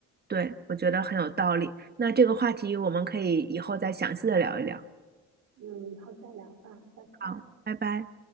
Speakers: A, on the right; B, on the right.
A: 对，我觉得很有道理。那这个话题我们可以以后再详细的聊一聊。
B: 嗯，以后再聊吧，拜拜。
A: 好，拜拜。